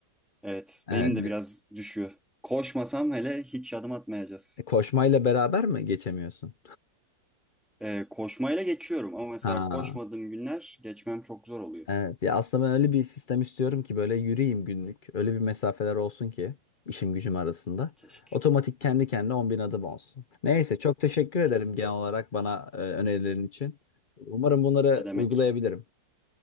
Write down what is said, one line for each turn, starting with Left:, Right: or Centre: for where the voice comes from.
Centre: Evet.
Left: Evet
Centre: Benim de biraz düşüyor. Koşmasam hele hiç adım atmayacağız.
Left: E, Koşmayla beraber mi geçemiyorsun?
Centre: E, koşmayla geçiyorum ama mesela
Left: Ha,
Centre: koşmadığım günler geçmem çok zor oluyor.
Left: evet. Ya aslında ben öyle bir sistem istiyorum ki böyle yürüyeyim günlük. Öyle bir mesafeler olsun ki işim gücüm arasında.
Centre: Keşke.
Left: Otomatik kendi kendine 10 bin adım olsun. Neyse çok teşekkür ederim
Centre: İşte
Left: genel olarak bana e, önerilerin için. Umarım bunları
Centre: ne demek.
Left: uygulayabilirim.